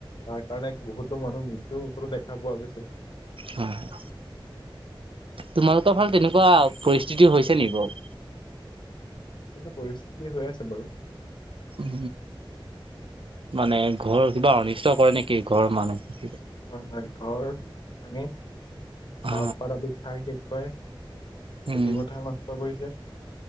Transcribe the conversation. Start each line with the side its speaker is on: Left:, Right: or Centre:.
Left: তাৰ কাৰণে বহুতো মানুহ মৃত্যুৰ মুখতো দেখা পোৱা গৈছে।
Right: হয় হয়। তোমালোকৰ ফালে তেনেকুৱা পৰিস্থিতি হৈছে নিকি বাৰু।
Left: সেইটো পৰিস্থিতি হৈ আছে বাৰু।
Right: উ মানে ঘৰৰ কিবা অনিষ্ট কৰে নেকি ঘৰৰ মানুহ?
Left: হয় হয় ঘৰ মানে
Right: অ
Left: চাউলপাত আদি খাই শেষ কৰে।
Right: উম
Left: খেতি পথাৰ নষ্ট কৰিছে